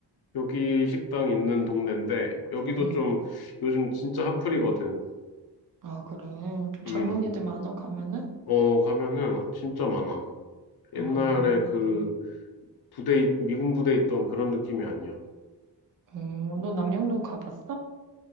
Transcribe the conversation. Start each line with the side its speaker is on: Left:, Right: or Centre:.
Left: 여기 식당 있는 동네인데, 여기도
Right: 응.
Left: 좀 요즘 진짜 핫플이거든.
Right: 아, 그래. 좀
Left: 음.
Right: 젊은이들 많아 가면은?
Left: 어, 가면은 진짜 많아. 옛날에
Right: 아, 오케이.
Left: 그 부대, 미군 부대 있던 그런 느낌이 아니야.
Right: 어, 너 남영동 가봤어?